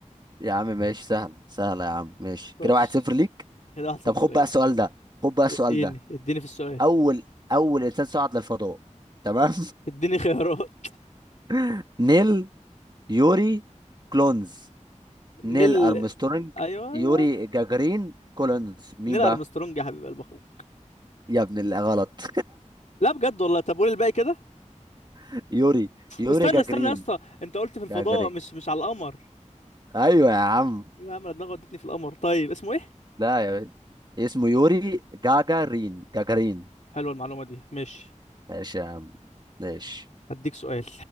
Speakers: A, on the right (about 35°); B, on the left (about 70°).
A: يا عم ماشي سهلة سهلة يا عم ماشي
B: خش
A: كده واحد صفر ليك
B: كده واحد صفر
A: طب خد
B: ليا
A: بقى السؤال ده خد بقى
B: اديني
A: السؤال ده
B: اديني في السؤال
A: اول اول انسان صعد للفضاء تمام
B: اديني خيارات <laughs>
A: <laughs> نيل يوري كلونز نيل
B: نيل
A: ارمسترونج
B: ايوه
A: يوري
B: ايوه
A: جاجرين كولونز مين
B: نيل
A: بقى
B: ارمسترونج يا حبيب قلب اخوك
A: يا ابن اللي غلط
B: لا بجد والله طب قول الباقي كده
A: <laughs> يوري يوري
B: استنى
A: جاجرين
B: استنى يا اسطى انت قلت في الفضاء
A: جاجرين
B: مش مش على القمر
A: ايوه يا عم
B: ايوه يا عم أنا دماغي ودتني في القمر طيب اسمه ايه
A: لا يا باشا. اسمه يوري جاجارين جاجارين
B: حلوه المعلومه دي ماشي
A: ماشي يا عم ماشي
B: هديك سؤال